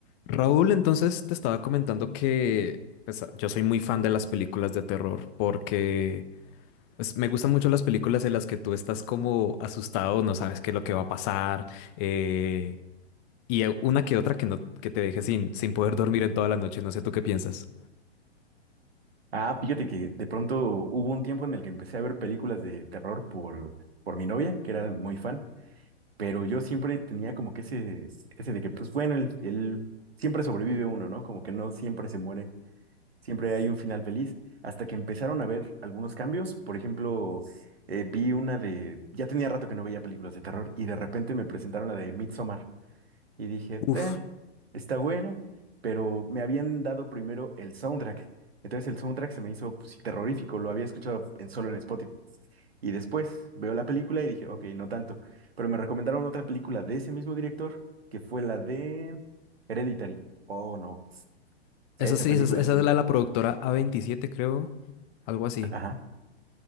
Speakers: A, on the left; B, on the right.
A: Raúl, entonces te estaba comentando que pues, yo soy muy fan de las películas de terror porque pues, me gustan mucho las películas en las que tú estás como asustado, no sabes qué es lo que va a pasar eh, y eh, una que otra que no que te deje sin, sin poder dormir en toda la noche. No sé tú qué piensas.
B: Ah, fíjate que de pronto hubo un tiempo en el que empecé a ver películas de terror por, por mi novia, que era muy fan, pero yo siempre tenía como que ese, ese de que, pues bueno, el, el- siempre sobrevive uno, ¿no? Como que no siempre se muere, siempre hay un final feliz, hasta que empezaron a ver algunos cambios. Por ejemplo, eh, vi una de, ya tenía rato que no veía películas de terror y de repente me presentaron la de Midsommar y dije,
A: Uf,
B: "Eh, está buena, pero me habían dado primero el soundtrack. Entonces el soundtrack se me hizo pues, sí, terrorífico, lo había escuchado en, solo en Spotify. Y después veo la película y dije, ok, no tanto. Pero me recomendaron otra película de ese mismo director, que fue la de Hereditary. Oh, no. Esa
A: esa sí,
B: película
A: esa, es esa
B: sí.
A: es la de la productora A27, creo, algo así.
B: Ajá.